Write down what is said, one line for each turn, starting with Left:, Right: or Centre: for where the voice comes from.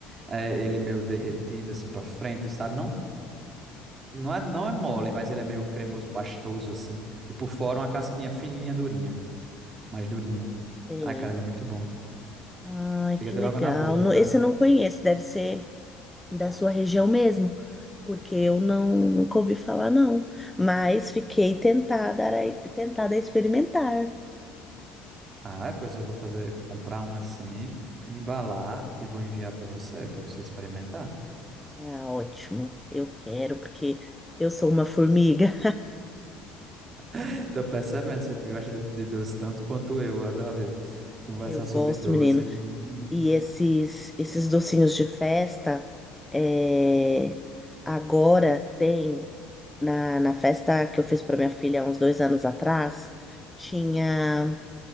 Right: é, ele meio derretido assim para frente, sabe? Não, não é, não é mole, mas ele é meio cremoso, pastoso assim. E por fora uma casquinha fininha, durinha, mais durinho.
Centre: Sei.
Right: Ai, cara, ele é muito bom.
Centre: Ai,
Right: Chega,
Centre: que
Right: deu
Centre: legal.
Right: água na boca.
Centre: No- Esse eu não conheço, deve ser da sua região mesmo. porque eu não nunca ouvi falar, não. Mas fiquei tentada a, tentada a experimentar.
Right: Ah, pois eu vou fazer, comprar um assim, embalar e vou enviar para você, para você experimentar.
Centre: Ah, ótimo. Eu quero, porque eu sou uma formiga.
Right: <laughs> Tô percebendo, você gosta de doce tanto quanto eu, eu adoro conversar
Centre: Eu gosto,
Right: sobre doce.
Centre: menino.
Right: Menino.
Centre: E esses, esses docinhos de festa, é, agora tem na, na festa que eu fiz para minha filha há uns dois anos atrás, tinha.